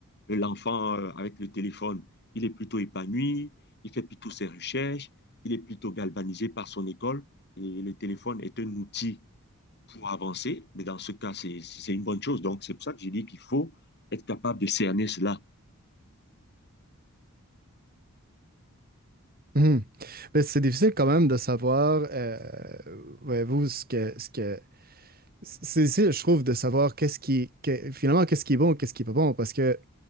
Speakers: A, on the left; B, on the right.
A: l'enfant, euh, avec le téléphone, il est plutôt épanoui, il fait plutôt ses recherches, il est plutôt galvanisé par son école et le téléphone est un outil pour avancer. Mais dans ce cas, c'est c'est une bonne chose. Donc, c'est pour ça que j'ai dit qu'il faut être capable de cerner cela.
B: Mhm. Mais c'est difficile quand même de savoir, euh, voyez-vous, ce que, ce que, c'est difficile, je trouve, de savoir qu'est-ce qui, que- finalement, qu'est-ce qui est bon, qu'est-ce qui est pas bon, parce que